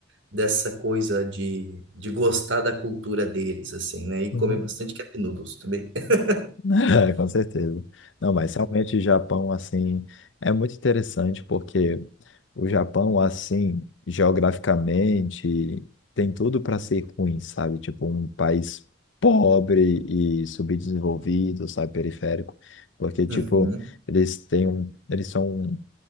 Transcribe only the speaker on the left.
uhum.
<laughs> É, com certeza. Não, mas realmente o Japão, assim, é muito interessante porque o Japão, assim, geograficamente, tem tudo para ser ruim, sabe? Tipo, um país pobre e subdesenvolvido, sabe? Periférico. Porque, tipo,
eles têm um, eles são